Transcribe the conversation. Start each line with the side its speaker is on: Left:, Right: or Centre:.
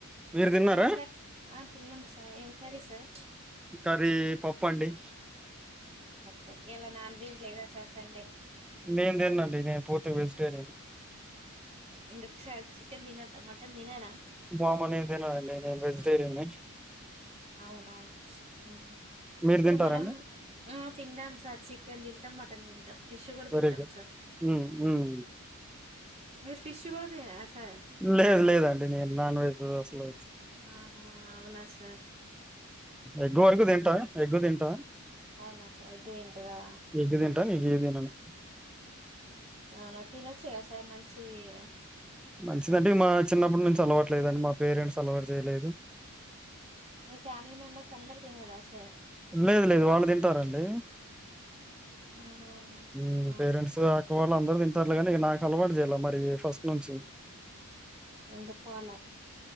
Centre: మీరు తిన్నారా
Right: ఏం కర్ ఆ తిన్నాం సర్ ఏం కర్రి సర్
Centre: కర్రీ పప్పండి
Right: పప్పు ఇయాల నాన్ వెజ్ లేదా సర్ సండే
Centre: నేను తినండి నేను పూర్తిగ వెజిటేరియన్
Right: ఎందుకు సర్ చికెన్ తినార మటన్ తినారా
Centre: వామ్మో నెన్ తిననండి నెన్ వెజిటేరియన్ని
Right: అవునా హ్మ్
Centre: మీరు
Right: ఇప్పుడు
Centre: తింటారండి
Right: మనం ఆ తిందాం సార్ చికెన్ తింటం మటన్ తింటాం ఫిష్ గూడ తింటాం
Centre: వెరీ గుడ్
Right: సర్
Centre: మ్మ్ మ్మ్
Right: మీరు ఫిష్ గూడ తినరా సార్
Centre: లేదు లేదండి నేను నాన్ వెజ్ అసలు
Right: ఆహా అవునా సర్
Centre: ఎగ్గు వరకు తింటా ఎగ్గు తింటా
Right: అవునా సార్ ఎగ్ తింటారా
Centre: ఎగ్గ్ తింటా ఇంకేన్ తినను
Right: అవునా తినొచ్చు గా సార్ మంచిది గద
Centre: మంచిదంటే మా చిన్నప్పటి నుంచి అలవాటు లేదండి మా పేరెంట్స్ అలవాటు చేయలేదు
Right: మీ ఫ్యామిలీ మెంబర్స్ అందరు తినరా సార్
Centre: లేదు లేదు వాళ్ళు తింటారండి
Right: ఆహా అవునా
Centre: మ్ పేరెంట్స్ ఆక వాళ్ళు అందరు తిన్ టర్లె గానీ నాకు అలవాటు చేయాలె మరి ఫస్ట్ నుంచి
Right: ఎందుకు అలా